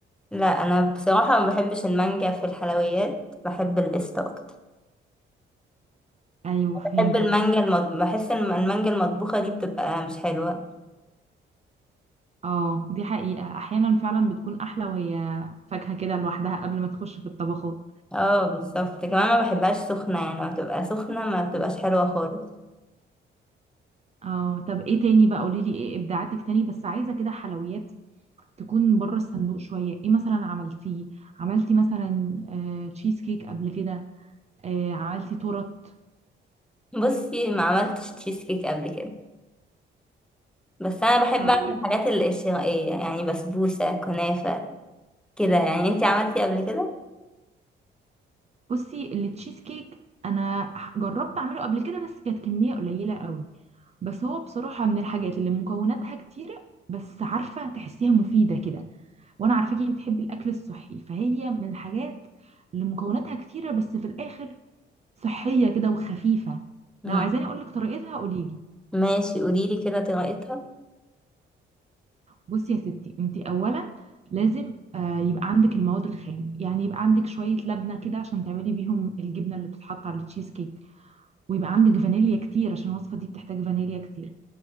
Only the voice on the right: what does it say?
ايوه فهمتك
اه دي حقيقه احيانا فعلا بتكون احلى وهي فاكهه كده لوحدها قبل ما تخش في الطبخات
اه طب ايه تاني بقى قولي لي ايه ابداعاتك تاني بس عايزه كده حلويات تكون بره الصندوق شوية ايه مثلا عملتيه عملتي مثلا آه تشيز كيك قبل كده آه عملتي تورت
طيب
بصي التشيز كيك انا ح- جربت اعمله قبل كده بس كانت كمية قليلة قوي بس هو بصراحة من الحاجات اللي مكوناتها كتيرة بس عارفة تحسيها مفيدة كده وانا عارفاكي بتحبي الاكل الصحي فهي من الحاجات اللي مكوناتها كتيرة بس في الاخر صحية كده وخفيفة
لو عايزاني اقولك طريقتها قوليلي
بصي يا ستي انت اولا لازم آه، يبقى عندك المواد الخام يعني يبقى عندك شويه لبنه كده عشان تعملي بيهم الجبنه اللي بتتحط على التشيز كيك ويبقى عندك فانيليا كتير عشان الوصفه دي بتحتاج فانيليا كتير